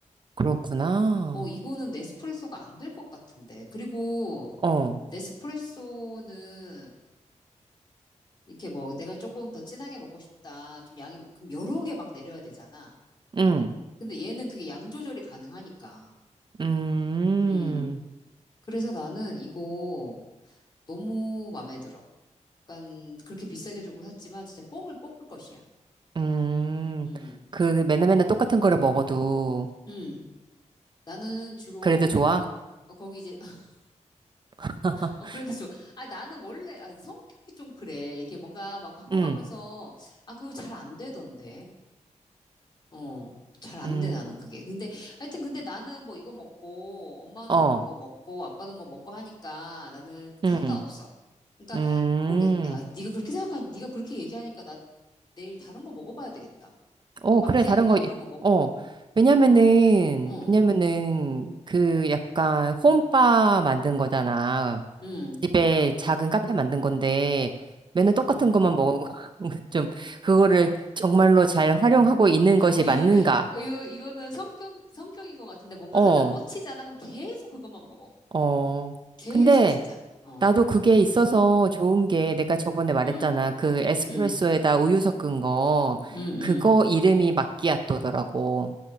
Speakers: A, on the right (about 40°); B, on the left (about 35°).
A: 그렇구나.
B: 어, 이거는 네스프레소가 안 될 것 같은데. 그리고
A: 어,
B: 네스프레소는 이렇게 뭐 내가 조금 더 진하게 먹고 싶다. 좀 양이 막- 그럼 여러 개 막 내려야 되잖아.
A: 응,
B: 근데 얘는 그게 양 조절이 가능하니까.
A: 음,
B: 음. 그래서 나는 이거 너무 마음에 들어. 약간 그렇게 비싸게 주고 샀지만 진짜 뽕을 뽑을 것이야.
A: 음.
B: 음.
A: 그 맨날 맨날 똑같은 거를 먹어도
B: 음. 나는 주로
A: 그래도 좋아?
B: 거, 어, 거기 이제 <laughs>
A: <laughs>
B: 어 그래도 좀 아 나는 원래 아, 성격이 좀 그래. 이게 뭔가 막 바꿔가면서
A: 응,
B: 아 그거 잘 안 되던데. 어, 잘 안
A: 음,
B: 돼, 나는 그게. 근데, 하여튼, 근데 나는 뭐 이거 먹고, 엄마는
A: 어,
B: 뭐 먹고, 아빠는 뭐 먹고 하니까 나는
A: 응,
B: 상관없어. 그러니까,
A: 음,
B: 모르겠어. 야, 네가 그렇게 생각하니, 네가 그렇게 얘기하니까 나 내일 다른 거 먹어봐야 되겠다.
A: 어,
B: 마끼아또
A: 그래, 다른 거,
B: 이런 거 먹,
A: 어. 왜냐면은,
B: 어, 어,
A: 왜냐면은, 그 약간 홈바 만든 거잖아.
B: 음,
A: 집에 작은 카페 만든 건데, 맨날 똑같은
B: 음.
A: 것만 먹어. <laughs> 좀, 그거를 정말로 잘 활용하고 있는 것이
B: 이거,
A: 맞는가?
B: 이거, 이거는 성격, 성격인 것 같은데 뭔가
A: 어,
B: 하나 꽂히잖아. 그럼 계속 그것만 먹어.
A: 어.
B: 계속
A: 근데,
B: 진짜. 어,
A: 나도 그게 있어서 좋은 게,
B: 음,
A: 내가 저번에 말했잖아.
B: 음,
A: 그 에스프레소에다
B: 음,
A: 우유 섞은 거,
B: 음,
A: 그거 이름이 마끼아또더라고.